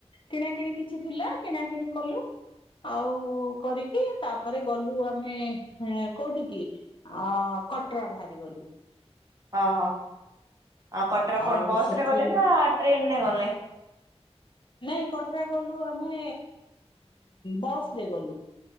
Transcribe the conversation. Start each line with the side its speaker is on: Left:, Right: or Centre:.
Left: କିଣାକିଣି କିଛି ଥିଲା କିଣାକିଣି କଲୁ ଆଉ କରିକି ତାପରେ ଗଲୁ ଆମେ କୋଉଠି କି? ଅ କଟରା ବାହାରିଗଲୁ।
Right: ଓ ହୋ ଆଉ କଟର କଣ
Left: ଆଉ
Right: ବସରେ
Left: ସେଠୁ
Right: ଗଲେ ନା ଟ୍ରେନରେ ଗଲେ?
Left: ନାଇଁ କଟରା ଗଲୁ ଆମେ ବସ ରେ ଗଲୁ।